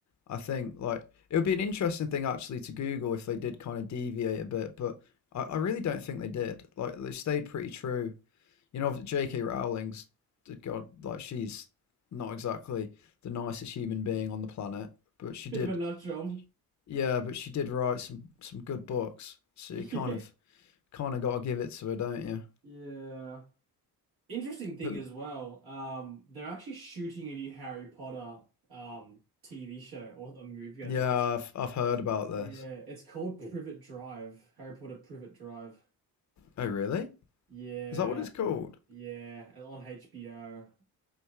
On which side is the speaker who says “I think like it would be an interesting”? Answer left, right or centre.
Left